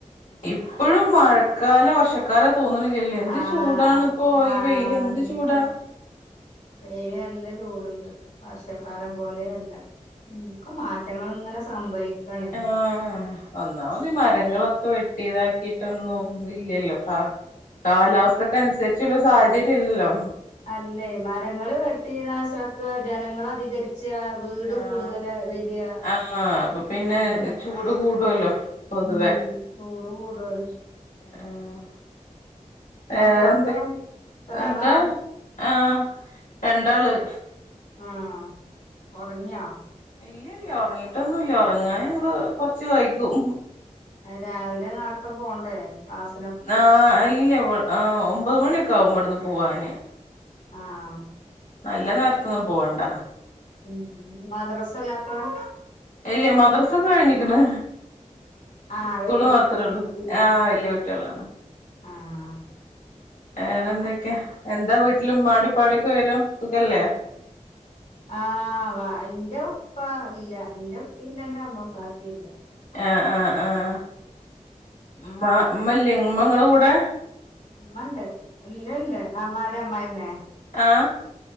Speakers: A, on the left (about 85°); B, on the left (about 65°).
A: ഇപ്പോഴും മഴക്കാല വർഷ മഴ ക്കാല തോന്നണിലല്ലേ എന്ത്
B: ആഹ്
A: ചൂടാണ ഇപ്പോ
B: ആഹ്
A: ഈ വെയില് എന്ത്
B: അതന്നെ
A: ചൂടാ.
B: വെയില് നല്ല ചൂടുണ്ട് വർഷക്കാലം പോലെയല്ല. ഉം ഒക്കെ മാറ്റങ്ങൾ ഇങ്ങനെ സംഭവിക്കണെ
A: ആഹ് ഒന്നാമത് മരങ്ങളൊക്കെ വെട്ടിയതാക്കിട്ടൊന്നും ഇല്ലല്ലോ, ആ കാലാവസ്ഥക്ക അനുസരിച്ചുള്ള സാഹചര്യ ഇല്ലല്ലോ?.
B: അല്ലേ മരങ്ങള് വെട്ടി നാശക്കുക, ജനങ്ങൾ അധികരിച്ച് വീട്
A: ആഹ്
B: കൂടുതല് വരിക
A: ആഹ് അപ്പൊ പിന്നെ
B: അങ്ങനെ
A: ചൂട് കൂടുവല്ലോ പൊതുവെ
B: ഉം ചൂട് കുടുതലും.
A: ആഹ് വേറെന്തൊക്കെ,
B: മക്കളൊക്കെ എത്രാളാ
A: അതാ ആഹ് രണ്ടാള്.
B: ആഹ് ഒറങ്ങിയോ?.
A: ഇല്ലല്ല ഉറങ്ങിട്ടൊന്നുംല്ല ഉറങ്ങാ ഞങ്ങള് കൊറച്ച് വൈകും
B: രാവിലെ നേരത്തെ പോകണ്ടേ ക്ലാസ്
A: ആഹ് ഇല്ലേ ഒമ്പത് മണിയൊക്കെ ആകും. ഇവിടുന്ന് പോവാന്.
B: ആഹ്.
A: നല്ല നേരത്തൊന്നും പോവണ്ട.
B: ഉം മദ്രസല്ലാപ്പം
A: ഇല്ല മദ്രസും കഴിഞ്ഞിക്ക്ണ്.
B: ആഹ്
A: സ്കൂള്
B: വല്യ
A: മാത്രം
B: കുട്ടികളായിട്ടുണ്ട്
A: ഒള്ളു. ആ വല്യ കുട്ട്യേളാണ്.
B: ആഹ്
A: വേറെ എന്തൊക്ക്യ. എന്താ വീട്ടിലും ഉമ്മാൻ്റെ ഉപ്പാടൊക്കെ വിവരം. സുഖല്ലെ?
B: ആ വ ഇന്റെ ഉപ്പ ഇല്ല. ഇന്റെ ഉപ്പ ഇല്ല. ഇന്റെ അമോസാക്കീല്ല.
A: ആഹ് ആഹ് ആഹ് ഇമ്മ ഇമ്മല്ലെ ഇങ്ങളെ കൂടെ.
B: ഉമ്മണ്ട്. ഇല്ല ഇല്ല. അമാര അമ്മായിമെ
A: ആ